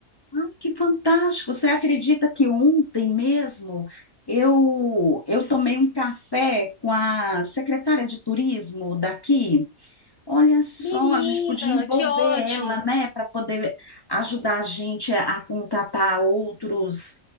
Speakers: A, on the left; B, on the left.
A: ai, que fantástico. Você acredita que ontem mesmo eu eu tomei um café com a secretária de turismo daqui? Olha só,
B: Menina,
A: a gente podia envolver
B: que ótimo!
A: ela, né, para poder ajudar a gente a, a contratar outros